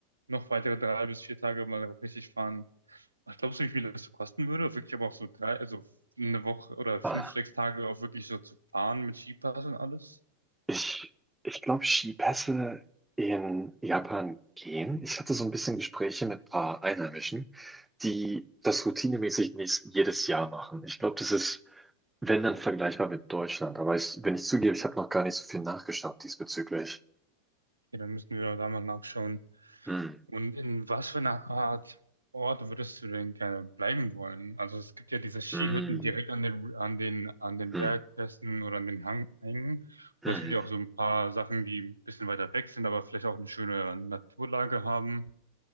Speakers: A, on the right (about 80°); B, in the centre.
A: noch weitere drei bis vier Tage mal richtig fahren. Was glaubst du, wie viel das kosten würde? Wirklich aber auch so drei, also eine Woche oder fünf,
B: Ah,
A: sechs Tage auch wirklich so zu fahren mit Skipass und alles?
B: Ich, ich glaube, Skipässe in Japan gehen. Ich hatte so ein bisschen Gespräche mit ein paar Einheimischen, die das routinemäßig nicht jedes Jahr machen. Ich glaube, das ist Wenn dann vergleichbar mit Deutschland. Aber ich, wenn ich zugebe, ich habe noch gar nicht so viel nachgeschaut diesbezüglich.
A: Ja, dann müssen wir da mal nachschauen.
B: Hm,
A: Und in was für einer Art Ort würdest du denn gerne bleiben wollen? Also es gibt ja diese Skihütten
B: hm,
A: direkt an den, an den, an den
B: hm,
A: Bergpässen oder an den Hang, Hängen.
B: hm.
A: Aber es gibt ja auch so ein paar Sachen, die ein bisschen weiter weg sind, aber vielleicht auch eine schöne Naturlage haben.